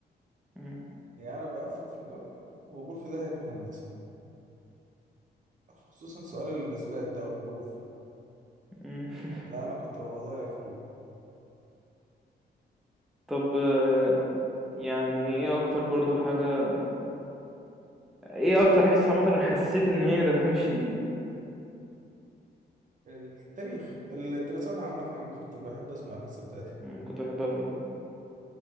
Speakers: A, in the centre; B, on the right.
A: مم.
B: يعني انا بقفل في الجبر وبقول في داهية في الهندسة خصوصا سؤال الاثبات ده والبروف
A: مم. <laughs>
B: ده انا كنت ببقى ضايع فيه
A: طب آه، يعني ايه اكتر برضو حاجة ايه اكتر حصة عامة أنا حسيت ان هي دمها مش تقيل
B: التاريخ الدراسات عامة كنت بحب أسمع الحصة بتاعتها
A: مم، كنت بحبها برضه